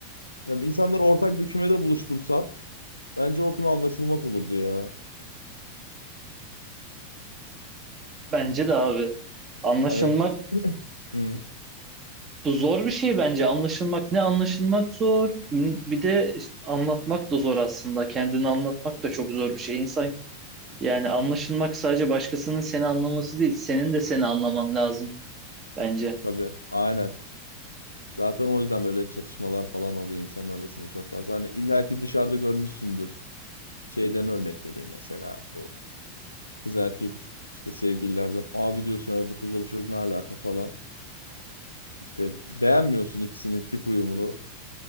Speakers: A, on the left; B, on the right.
A: ya insanları ortak bir kümede buluştursan bence o küme anlaşılmak olurdu ya.
B: Bence de abi anlaşılmak
A: Hani <clears throat> <laughs> Hı.
B: Bu zor bir şey bence. Anlaşılmak ne anlaşılmak zor. Bir de işte anlatmak da zor aslında. Kendini anlatmak da çok zor bir şey. İnsan yani anlaşılmak sadece başkasının seni anlaması değil. Senin de seni anlaman lazım bence.
A: Tabii, aynen. Zaten o yüzden böyle çatışmalar falan oluyor insanlar arasında çok fazla. Hani illaki dışarıda görmüşsündür. Şeyden örnek vereyim mesela bu kız erkek işte sevgililerden abi diyorsun "Ya bu kızla bu çocuk ne alaka falan. İşte beğenmiyorsun ikisinin tip uyumunu.